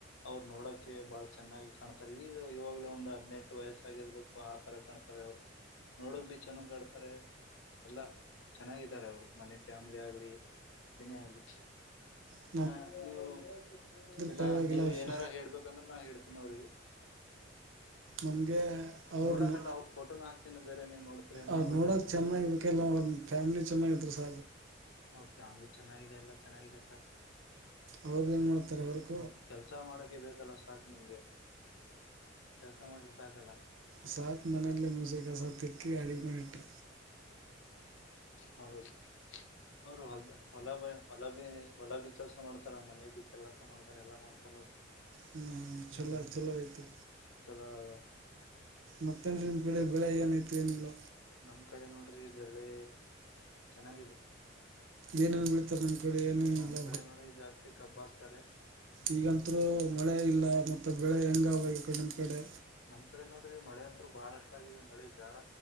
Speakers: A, on the left (about 80°); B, on the right (about 80°).
A: ಅವ್ರು ನೋಡಕೆ ಬಾಳ ಚೆನ್ನಾಗಿ ಕಾಣತ ಆತ ಈಗ ಇವಾಗ್ಲೇ ಒಂದು ಹದ್ನೆೆಂಟು ವಯಸ್ಸಗಿರ್ಬೇಕು ಆತರ ಕಾಣ್ತಾರೆ ಅವ್ರು ನೋಡಕ್ ಭ ಚೆನ್ನಾಗ್ ಆಡ್ತಾರೆ ಎಲ್ಲ ಚೆನ್ನಾಗಿದ್ದಾರೆ ಅವ್ರ ಮನೆ ಫ್ಯಾಮಿ್ಲಿ ಆಗ್ಲಿ ಏನೇ ಆಗ್ಲಿ
B: ಹ
A: ಹಾ ನೀವು ಎಲ್ಲಾ
B: ಪರವಾಗಿಲ್ಲ
A: ನೀವ
B: ಅವ್ರು
A: ಏನಾರ ಹೇಳ್ಬೇಕಂದ್ರೆ ನಾ ಹೇಳ್ತೀನಿ ಅವ್ರಿಗೆ
B: ನಮಗೆ ಅವ್ರನ್ನ
A: ನೋಡಕಲ್ಲ ಅವ್ರರು ಫೋಟೋನ ಹಾಕ್ತೀನ ಬೇರೆ ನೀವ್ ನೋಡತ್ರಿ ಏನ
B: ಅವ್ರು
A: ನೋಡ್ರಿ
B: ನೋಡೋಕೆ
A: ಅವ
B: ಚೆನ್ನಾಗಿರ್ಬೇಕಲ್ಲ ಅವ್ರ ಫ್ಯಾಮಿಲಿ ಚೆನ್ನಾಗಿದ್ರು ಸ
A: ಅವ್ರ ಫ್ಯಾಮಿಲಿ ಚೆನ್ನಾಗಿದೆ ಎಲ್ಲ ಚೆನ್ನಾಗಿದೆ ಸರ್
B: ಅವ್ರಗ ಏನ್ ಮಾಡ್ತಾರೆ ಅವ್ರಗ್
A: ಕೆಲ್ಸ ಮಾಡಕ ಬೇಕಲ್ಲ ಸಾಕ್ ನಿಮ್ಗೆ ಕೆಲ್ಸ ಮಾಡ್ರೆ ಸಾಕಲ್ಲ
B: ಸಾಕ್ ಮಣಲ್ಲ ಮೋಸು ಕಸಾ ತಿಕ್ಕಿ ಅಡಿ ಮಾಡಿಟ್ಟು
A: ಹೌದು ಅವರು ಹೊದ ಹೊಲ ಬಿ ಹೊಲ ಬಿ ಹೊಲ ಭ ಕೆಲಸ ಮಾಡ್ತಾರ ಮನೆ ಭ ಕೆಲಸ ಮಾಡ್ತಾರ ಎಲ್ಲ ಮಾಡ್ತಾರ್ಮ
B: ಹ್ಮ್, ಚಲೋ ಚಲೋ ಐತಿ
A: ಚಲೋ ಅದು
B: ಮತ್ತೇನ್ರಿ ನಿಮ್ಮ ಕಡೆ ಬೆಳೆ ಏನೈತಿ ಏನಿಲ್ಲ
A: ನಮ್ ಕಡೆ ನೋಡ್ರಿ ಬೆಳ್ಳೆ ಚೆನ್ನಾಗಿದೆ
B: ಏನೇನು ಬೆಳಿತಾರೆ ನಿಮ್ಮ ಕಡೆ ಏನೇನಿಲ್ಲ
A: ನಮ್ ಕಡೆ ನೋಡ್ರಿ ಜಾಸ್ತಿ ಕಬ್ಬ ಆಗ್ತಾರೆ
B: ಈಗಂತರು ಮಳೆ ಇಲ್ಲ ಮತ್ತೆ ಬೆಳೆ ಹೆಂಗ ಈ ಕಡೆಮ ಕಡೆ
A: ನಮ್ ಕಡೆ ನೋಡ್ರಿ ಮಳೆ ಅಂತತ್ರು ಬಾಳ ಅಷ್ಟ ಆಗರಿ ಮಳೆ ಬೇಡ